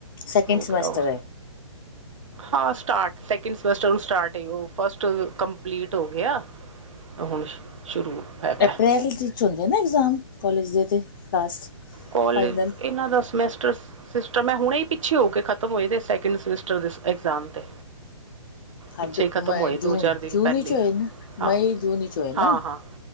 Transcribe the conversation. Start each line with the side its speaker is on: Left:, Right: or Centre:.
Left: ਸੈਕਿੰਡ
Right: ਹੋ
Left: ਸਮੈਸਟਰ
Right: ਗਿਆ ਉਹ,
Left: ਹੈ
Right: ਹਾਂ ਸਟਾਰਟ ਸੈਕਿੰਡ ਸਮੈਸਟਰ ਸਟਾਰਟ ਉਹ ਫਸਟ ਕੰਪਲੀਟ ਹੋ ਗਿਆ ਹੁਣ ਸ਼ੁਰੂ, ਹੈਗਾ
Left: ਅਪ੍ਰੈਲ ਹੁੰਦੇ ਨਾ ਐਗਜ਼ਾਮ ਕਾਲਜ ਦੇ ਤੇ ਲਾਸਟ,
Right: ਕਾਲਜ
Left: ਫਾਈਨਲ
Right: ਇਹਨਾਂ ਦਾ ਸਮੈਸਟਰ, ਟਰ ਮੈਂ ਹੁਣੇ ਹੀ ਪਿੱਛੇ ਹੋ ਕੇ ਖਤਮ ਹੋਏ ਸੈਕਿੰਡ ਸਮੈਸਟਰ ਦੇ ਇਗਜ਼ਾਮ ਤੇ,
Left: ਹਾਂਜੀ
Right: ਪਿੱਛੇ ਹੀ ਖਤਮ
Left: ਮਈ
Right: ਹੋਏ
Left: ਜੂਨ
Right: ਦੋ ਚਾਰ ਦਿਨ
Left: ਜੂਨ
Right: ਪਹਿਲੇ
Left: ਵਿੱਚ ਹੋਏ ਨਾ
Right: ਹਾਂ
Left: ਮਈ ਜੂਨ ਵਿੱਚ ਹੋਏ ਨਾ
Right: ਹਾਂ ਹਾਂ